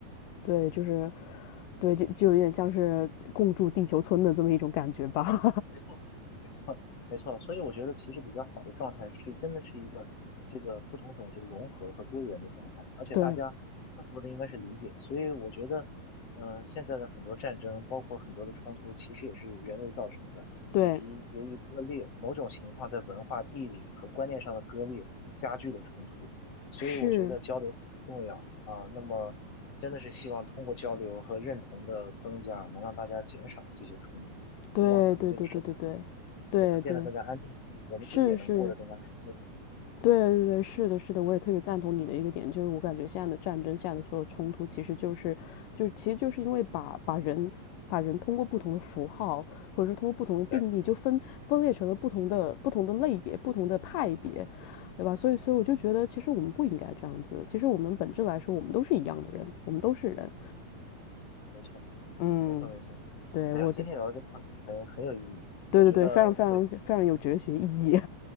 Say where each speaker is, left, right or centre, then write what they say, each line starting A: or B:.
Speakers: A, on the left (about 70°); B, on the left (about 40°).
A: 对，就是对，就就有点像是共筑地球村的这么一种感觉吧。
B: 没错。没错，所以我觉得其实比较好的状态是，真的是一个这个不同种族融合和多元的状态，而且大家更多的应该是理解。
A: <laughs> 对，
B: 所以我觉得，呃，现在的很多战争，包括很多的冲突，其实也是人为造成的，
A: 对，
B: 以及由于割裂，某种情况在文化、地理和观念上的割裂加剧了冲突。所以我觉得交流很重要啊。
A: 是，
B: 那么真的是希望通过交流和认同的增加，能让大家减少这些冲突。
A: 对，
B: 希望咱们这个社会。
A: 对，对，对，对，对，对，
B: 对，能变得更加安定一点，
A: 对，
B: 我们自己也能过得更加舒心一些。
A: 是是，对对对，是的，是的，我也特别赞同你的一个点，就是我感觉现在的战争，现在的所有冲突，
B: 嗯，
A: 其实就是，就是其实就是因为把把人把人通过不同的符号，或者说通过不同的定义，
B: 对，
A: 就分分裂成了不同的不同的类别、不同的派别，对吧？所以，所以我就觉得，
B: 嗯，
A: 其实我们不应该这样子。其实我们本质来说，我们都是一样的人，我们都是人。
B: 对，没错，
A: 嗯，
B: 没错，没错。
A: 对，
B: 哎呀，
A: 我的，
B: 今天聊的这个话题很很有意义，
A: 对对对，
B: 我觉得对，
A: 非常非常非常有哲学意义，